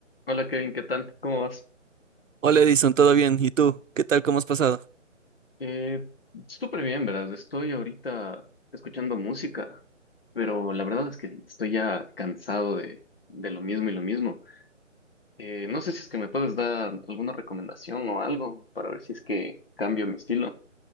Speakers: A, on the left (about 50°); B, on the right (about 80°).
A: Hola Kevin, ¿qué tal? ¿Cómo vas?
B: Hola Edison, ¿todo bien? ¿Y tú? ¿Qué tal? ¿Cómo has pasado?
A: Eh, súper bien, verás. Estoy ahorita escuchando música, pero la verdad es que estoy ya cansado de, de lo mismo y lo mismo. Eh, no sé si es que me puedes dar alguna recomendación o algo para ver si es que cambio mi estilo.